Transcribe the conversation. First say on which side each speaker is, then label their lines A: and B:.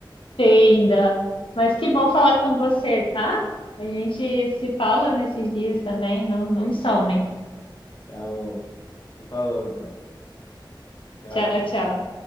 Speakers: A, on the left; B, on the left.
A: Entenda. Mas que bom falar com você, tá? A gente se fala nesses dias também, não, não somem.
B: Tá bom. Se falou então. Tchau.
A: Tchau, tchau.